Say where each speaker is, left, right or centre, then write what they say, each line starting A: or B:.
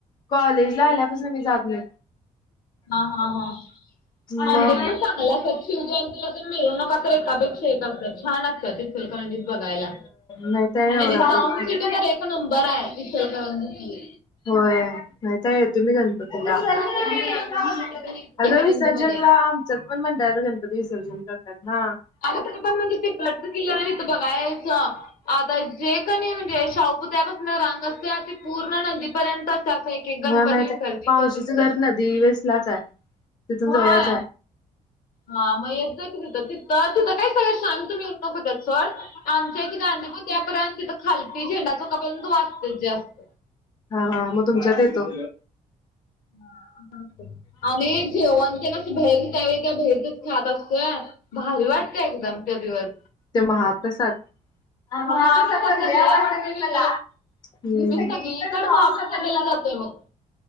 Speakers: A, on the left (about 30°); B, on the left (about 80°).
A: कॉलेजला आल्यापासन मी जात नायी.
B: हां हां हां.
A: मग
B: आमच्या
A: होय
B: इथ पण चांगला असत्यात शिवजयंतीला तर मिरवणुका तर एकापेक्षा एक असतात, छान असतात. इचलकरंजीत बघायला
A: माहिताय नवरात्री.
B: आणि साउंड सिटी तर एक नंबर हाय इचलकरंजीतली.
A: होय माहीताय तुम्ही गण पतीला
B: विसरतीला
A: <inaudible>
B: मी यायचा कधीतरी इचलकरंजीमध्ये.
A: अंग विसर्जनला आमच्यात पण मंडळाचा गणप पती विसर्जन करतात नां
B: अरे तिथं पण म्हणजे ते <inaudible> ते बघायचं आता जे कणी म्हणजे शाहु पुत्यळ्यापासन रांग असत्या ते पूर्ण नदीपर्यंत असं एक एक गणपती
A: व्हय माहितेय
B: विसर्जित
A: मावशीचं
B: होत असत्यात.
A: घर नदी पासनच हाय तिथून जवळचहाय.
B: होय हा मग येत जा कि तिथं तिथं तिथं काय सगळ शांत मिरवणूक होत्यात सोड. आमच्या इथं गांधी पुतळयापर्यंत तिथं खालती झेंडा चौका पर्यंत वाजतय जास्त.
A: हां हां मग तुमच्यात येतो.
B: हां. आम्ही जेवाणतेन असं बाहेरच त्यावेळी त्या बाहेरचच खात असतोय. भारी वाटतय एकदम त्यो दिवस.
A: ज्यो महाप्रसाद, आं महाप्रद
B: हा महाप्रसाद तर
A: लय आवडत
B: आवडतो बाई
A: मला. हुं मी सगळीकडं
B: सगळीकडे
A: महाप्रसादला
B: महाप्रसादाला
A: जातोय.
B: बघ